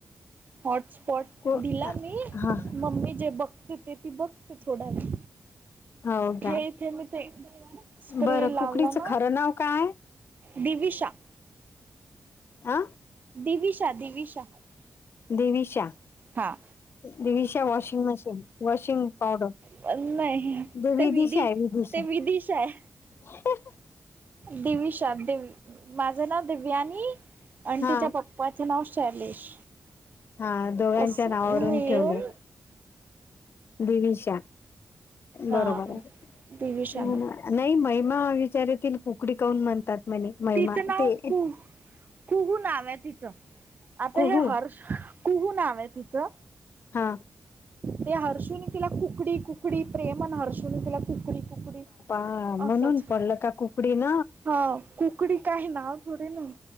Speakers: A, on the right; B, on the left.
A: हॉटस्पॉट
B: कु-
A: दिला मी
B: हा
A: मम्मी जे बघते ते ती बघत थोडावे
B: हो का
A: हे इथे मी ते स्प्रे
B: बरं
A: लावला
B: कुकडीचं
A: ना
B: खरं नाव काय
A: दिविशा.
B: आ.
A: दिविशा दिविशा.
B: दिविशा.
A: हा
B: Divisha washing machine washing powder.
A: पण नाही
B: जे विदिशा
A: ते विधी
B: आहे विदिशा
A: ते विधीशा आहे.
B: <unintelligible>
A: दिविशा माझं नाव दिवनी आणि
B: हा
A: तिच्या पप्पा पप्पाचं नाव शैलेश
B: हा दोघांच्या
A: असं
B: नावावरून
A: मिळून
B: ठेवलं दिविशा
A: हा
B: बरोबर आहे
A: दिविशाना
B: हम्म. नाही महिमा विचारेतील कुकडी काऊन म्हणतात म्हणे महिमा
A: तिचं नाव
B: ते
A: कुहू कुहू नाव आहे तिचं आता
B: कुहू
A: हे हर्ष कुहू नाव आहे तिचं
B: ह.
A: ते हर्षुनी तिला कुकडी कुकडी प्रेमण हर्षुनी तिला कुकडी कुकडी
B: ह म्हणून
A: असंच
B: पडलं का कुकडी तिन.
A: हा कुकडी काय ना थोडे ना